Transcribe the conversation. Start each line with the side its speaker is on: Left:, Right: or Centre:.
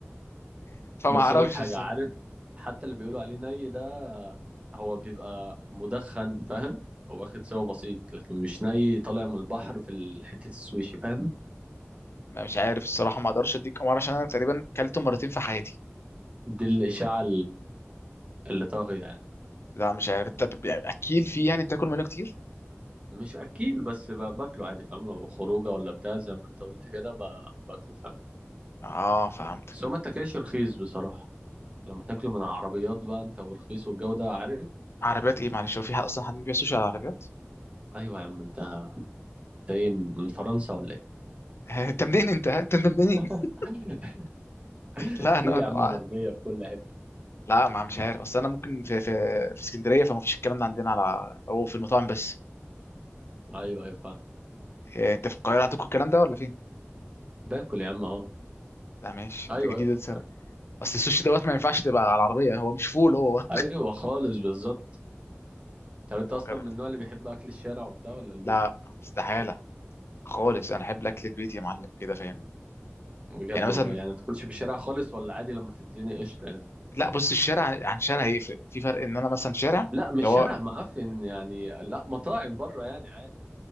Left: <laughs> فما
Right: بس
Left: اعرفش
Right: اقول لك حاجه
Left: الصراحه
Right: عارف حتى اللي بيقولوا عليه ني ده هو بيبقى مدخن فاهم او واخد سوا بسيط لكن مش ني طالع من البحر في حته السويشي فاهم
Left: ما مش عارف الصراحه ما اقدرش اديك امر عشان انا تقريبا كلته مرتين في حياتي
Right: دي الاشاعه اللي طاغي يعني
Left: لا مش عارف طب يعني اكيل فيه يعني بتاكل منه كتير
Right: مش اكيل بس ب- باكله عادي فاهم لو خروجه ولا بتاع زي ما انت قلت كده ب- باكله فاهم
Left: اه فهمت
Right: بس هو ما تاكلش رخيص بصراحه لما تاكله من عربيات بقى انت والرخيص والجو ده عارف
Left: عربيات ايه معلش هو فيها اصلا حد بيبيع سوشي على العربيات
Right: ايوه يا عم انت انت ايه من فرنسا ولا ايه
Left: <laughs> انت منين انت ها؟ انت منين
Right: <laughs>
Left: <laughs> لا
Right: في
Left: انا
Right: يا
Left: انا
Right: عم
Left: آه.
Right: مرميه في كل حته
Left: لا ما مش عارف اصل انا ممكن في في في اسكندريه فما فيش الكلام ده عندنا على هو في المطاعم بس
Right: ايوه ايوه فاهم
Left: إيه، انت في القاهره عندكم الكلام ده ولا فين
Right: باكل يا عم اه
Left: لا ماشي
Right: ايوه
Left: انت جديد
Right: ايوه فكرت.
Left: اصل السوشي دوت ما ينفعش تبقى على العربيه هو مش فول هو
Right: ايوه خالص بالظبط طب انت
Left: انا
Right: اصلا
Left: مكرر
Right: من النوع اللي بيحب اكل الشارع وبتاع ولا البيت
Left: لا استحاله خالص انا احب الاكل البيت يا معلم كده فاهم
Right: بجد
Left: يعني مثلا
Right: والله يعني ما تاكلش في الشارع خالص ولا عادي لما تتزنق قشطه يعني
Left: لا بص الشارع عن شارع هيفرق في فرق ان انا مثلا شارع
Right: لا مش
Left: ده هو
Right: شارع معفن يعني لا مطاعم بره يعني عادي